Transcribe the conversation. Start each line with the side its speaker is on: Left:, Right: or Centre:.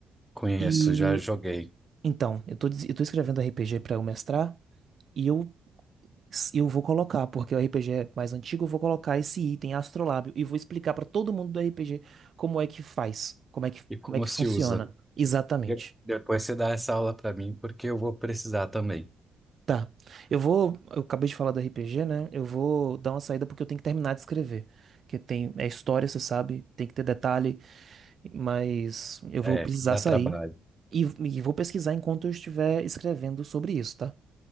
Centre: Conheço,
Right: E
Centre: já joguei.
Right: então, eu tô, des- eu tô escrevendo RPG para eu mestrar e eu, eu vou colocar, porque o RPG é mais antigo, eu vou colocar esse item astrolábio e vou explicar para todo mundo do RPG como é que faz, como é que,
Centre: E como
Right: como é que
Centre: se
Right: funciona.
Centre: usa?
Right: Exatamente.
Centre: De- Depois você dá essa aula para mim, porque eu vou precisar também.
Right: Tá. Eu vou. Eu acabei de falar do RPG, né? Eu vou dar uma saída porque eu tenho que terminar de escrever. Que tem. É história, você sabe. Tem que ter detalhe. Mas eu
Centre: É,
Right: vou precisar
Centre: dá
Right: sair.
Centre: trabalho.
Right: E, e vou pesquisar enquanto eu estiver escrevendo sobre isso, tá?